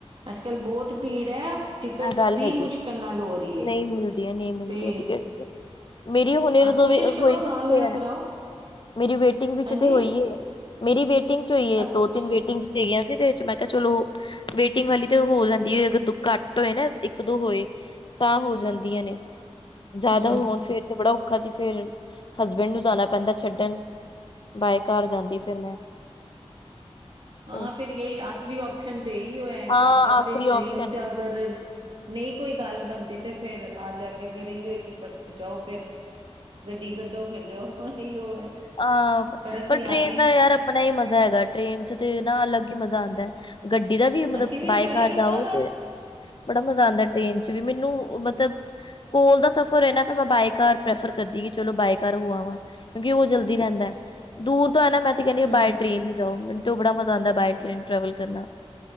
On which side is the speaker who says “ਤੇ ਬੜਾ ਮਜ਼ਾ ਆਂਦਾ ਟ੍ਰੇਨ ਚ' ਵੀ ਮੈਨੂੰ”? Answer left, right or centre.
Left